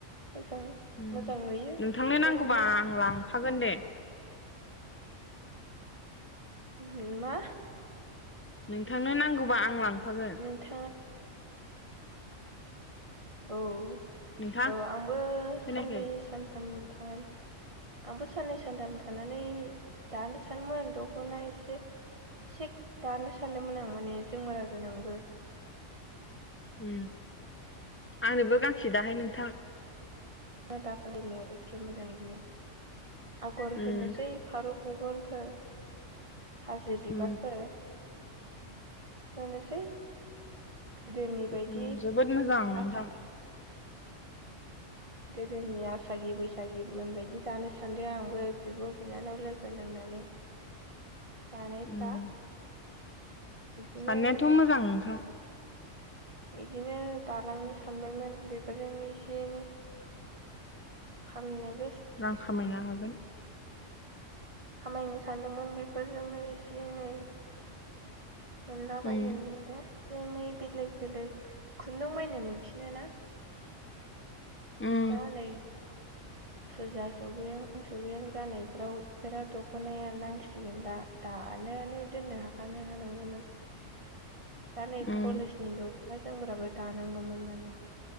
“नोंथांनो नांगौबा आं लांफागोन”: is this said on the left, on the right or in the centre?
Left